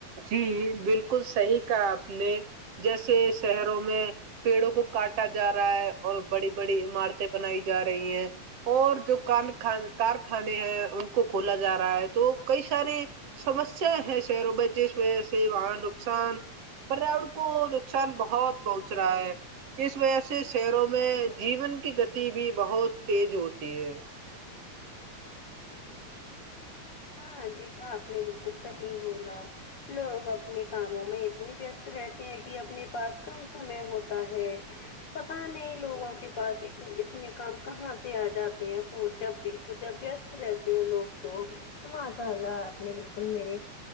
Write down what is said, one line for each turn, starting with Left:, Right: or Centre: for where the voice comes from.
Right: جی بالکل صحیح کہ <unintelligible> نے جیسے شہروں میں پیڑوں کو کاٹا جا رہا ہے اور بڑی بڑی عمارتیں بنائی جا رہی ہیں اور جو کان کارخانے ہیں ان کو کھولا جا رہا ہے تو کئی سارے سمسیا ہیں شہروں میں <unintelligible> جس وجہ سے وہاں نقصان پریاورن کو نقصان بہت پہنچ رہا ہے اس وجہ سے شہروں میں جیون کی گتی بھی بہت تیز ہوتی ہے <unintelligible>
Left: ہاں جی آپ نے بالکل صحیح بولا <unintelligible> لوگ اپنے کاموں میں اتنی بیست <unintelligible> رہتے ہیں کہ اپنے پاس کم سمے ہوتا ہے پتا نہیں لوگوں کے پاس اتنے کام کہاں سے آ جاتے ہیں پ جب دیکھو جب وست رہتے ہیں لوگ تو <unintelligible> ماشاء اللہ آپ نے بالکل میرے